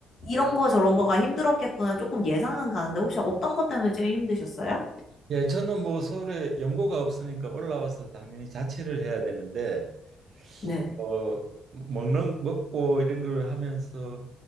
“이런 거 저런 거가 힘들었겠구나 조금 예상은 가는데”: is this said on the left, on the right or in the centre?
Left